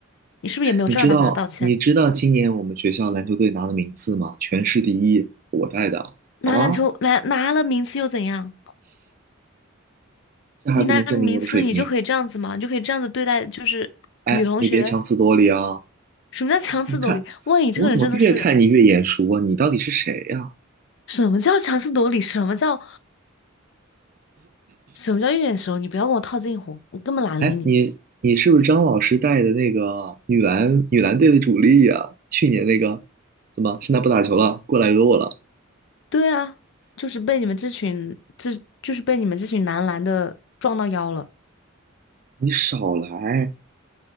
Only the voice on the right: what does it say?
你知道，你知道今年我们学校篮球队拿的名次吗？全市第一，我带的，
好吗？这还不能证明我的水平。
哎，你别强词夺理啊！
你看，
我怎么越看你越眼熟啊？你到底是谁呀、
哎，你你是不是张老师带的那个女篮女篮队的主力呀、去年那个，怎么现在不打球了，过来讹我了？
你少来！